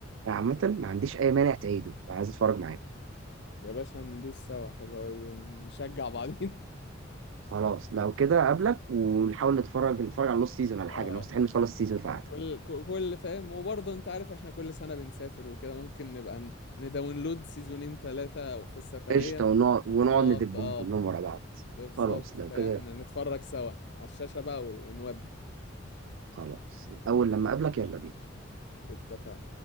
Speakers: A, on the right; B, on the left.
A: انا عامة ما
B: اوكي
A: عنديش اي مانع تعيده لو عايز اتفرج معاك
B: يا باشا ندوس سوا حلو أوي، نشجع بعضين
A: خلاص لو كده اقابلك ونحاول نتفرج نتفرج على نص سيزون ولا
B: <laughs> اه
A: حاجة أنا مستحيل نخلص سيزون في قعدة
B: كل ك- كل فاهم وبرضه انت عارف احنا كل سنة بنسافر وكده ممكن نبقى ن- نداونلود سيزونين ثلاثة في السفرية
A: قشطة ونقعد ونقعد
B: نقعد
A: ندبهم
B: اه
A: كلهم ورا بعض
B: بالظبط
A: خلاص لو
B: فاهم
A: كده
B: نتفرج سوا على الشاشة بقى ونودي
A: خلاص أول لما أقابلك يلا بينا
B: اتفقنا